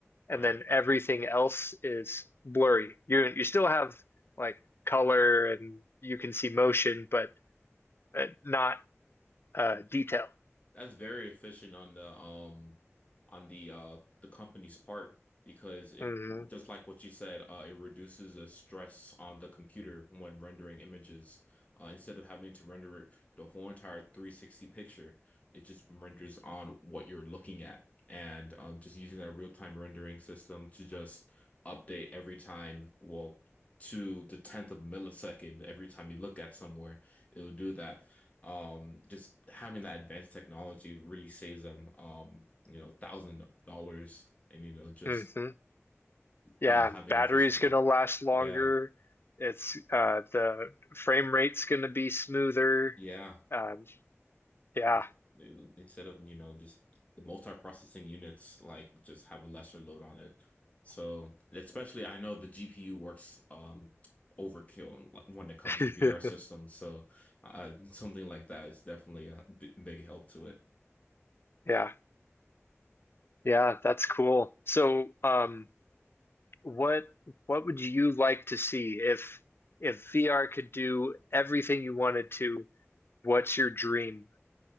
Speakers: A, on the left; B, on the left.
A: right.
B: and then everything else is blurry. You you still have like color and you can see motion, but uh, not uh, detail.
A: That's very efficient on the um on the uh the company's part because it
B: hmm
A: just like what you said, uh, it reduces the stress on the computer when rendering images. Uh, instead of having to render it the whole entire 360 picture, it just renders on what you're looking at. And um, just using that real-time rendering system to just update every time, well, to the tenth of millisecond every time you look at somewhere, it'll do that. Um, just having that advanced technology really saves them, um, you know, thousands of dollars and, you know, just
B: hmm Yeah,
A: uh, having
B: battery's
A: efficient.
B: gonna last longer.
A: Yeah.
B: It's uh, the frame rate's gonna be smoother.
A: Yeah.
B: Um, yeah,
A: It's- Instead of, you know, just the multi-processing units like just have a lesser load on it. So especially I know the GPU works um overkill when it comes
B: <laughs>
A: to VR systems. So uh, something like that is definitely a b big help to it.
B: yeah, yeah. That's cool. So, um, what what would you like to see if if VR could do everything you wanted to? What's your dream